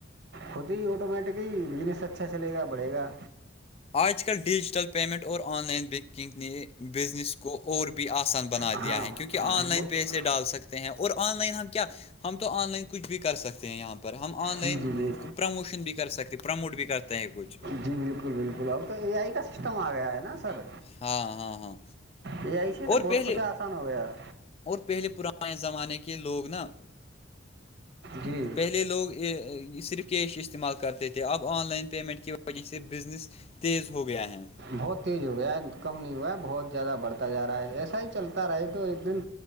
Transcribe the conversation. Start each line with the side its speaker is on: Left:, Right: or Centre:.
Right: خود ہی آٹومیٹک ہی بزنس اچھا چلے گا بڑے گا
Left: آج کل ڈیجیٹل پیمنٹ اور آن لائن بینکنگ نے بزنس کو اور بھی آسان بنا
Right: ہاں
Left: دیا ہے کیونکہ
Right: بہت
Left: کہ آن لائن پہسے ڈال سکتے ہیں اور آن لائن ہم کیا ہم تو آن لائن کچھ بھی کر سکتے ہیں یہاں پہ پر ہم آن لائن
Right: جی جی جی
Left: پروموشن بھی کر سکتے پروموٹ بھی کرتے ہیں کچھ
Right: جی بالکل بالکل اب تو اے آئی کا سسٹم آ گیا ہے نا سر
Left: ہاں ہاں ہاں
Right: یہ آئیسی تو
Left: اور
Right: بہت
Left: پہلے
Right: کچھ آسان ہو گیا
Left: اور پہلے پرانے زمانے کے لوگ نا
Right: جی
Left: پہلے لوگ صرف کیش استعمال کرتے تھے اب آن لائن پیمنٹ کی وجہ سے بزنس تیز ہو گیا ہے
Right: بہت تیز ہو گیا کم نہیں ہوا ہے بہت زیادہ بڑھتا جا رہا ہے ایسا ہی چلتا رہے تو ایک دن